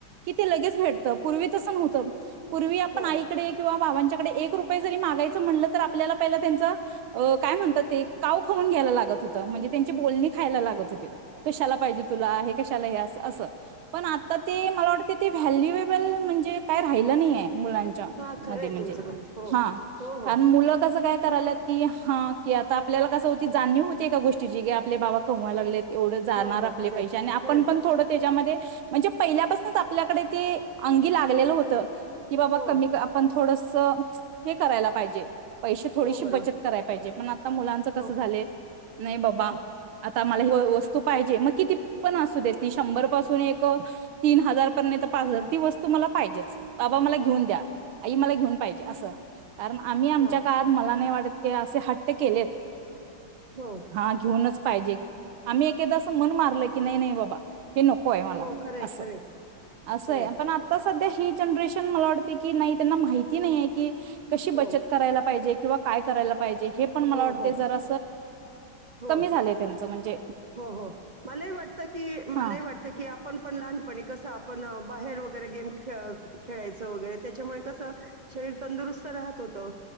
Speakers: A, on the right; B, on the right.
A: कि ते लगेच भेटतं पूर्वी तसं नव्हतं पूर्वी आपण
B: हो
A: आईकडे किंवा भावांच्याकडे एक रुपये जरी मागायचं म्हणलं तर आपल्याला पहिला त्याचं पण काय म्हणतात ते काव खाऊन घ्यायला लागत होत म्हणजे खयला लागत हो कशाला पाहिजे तु हे कशला अस पण आता ते मला वाटते ते व्हॅल्युएबल म्हणजे काय राहिलं नाहीय मुलांच्या
B: हां खरं
A: मध्ये
B: आहे
A: म्हणजे
B: तुमचं म्हणणं हो
A: हा
B: हो हो
A: कारण मुलं कस काय करालात कि हा कि आता आपल्याला कस होती जाणीव होती एका गोष्टीची आपले बाबा कमवाय लागले एवढं जाणार
B: हो हो
A: आपले
B: खरं
A: पैसे
B: आहे
A: आणि आपण
B: खरं आहे
A: पण थोडं त्याच्यामध्ये म्हणजे पहिल्यापासूनच आपल्याकडे ते अंगी लागलेलं होतं की बाबा
B: हो
A: कमी आपण थोडं हे करायला पाहिजे पैसे थोडीशी
B: हो बरोबर
A: बचत कराय पाहिजे पण आता मुलांच कसं
B: हो
A: झाले नाही बाबा
B: हां
A: आता मला ही वस्तू पाहिजे मग किती पण असू दे ती. शंभर पासून एक तीन हजार पर्यंत पाचगणी ती वस्तू मला पाहिजेच बाबा मला घेऊन दया आई मला घेऊन पाहिजे अस आणि आमच्या
B: हां
A: काळात मला नाही वाटत आम्ही असे हट्ट ते केलेत
B: हो
A: हा घेऊनच आम्ही एक एकेकदा असं मन मारलं की नाही-नाही बाबा <unintelligible> हे नको आहे मला
B: हो खरं आहे
A: असं
B: खरं आहे
A: असंय
B: खरं आहे
A: पण आता सध्या हे जनरेशन. मला वाटते की नाही त्यांना माहिती नाहीय की कशी
B: हो
A: बचत करायला पाहिजे किंवा काय करायला पाहिजे हे पण मला
B: हो
A: वाटतय
B: हो
A: जर
B: हो
A: कमी झालय. चम्हणजे
B: हो हो मलाही वाटतं की मलाही
A: हा
B: वाटतं की आपण पण लहानपणी कसं आपण. बाहेर वगैरे गेम खेळ खेळायचं वगैरे त्याच्यामुळे कसं शरीर तंदुरुस्त राहत होतं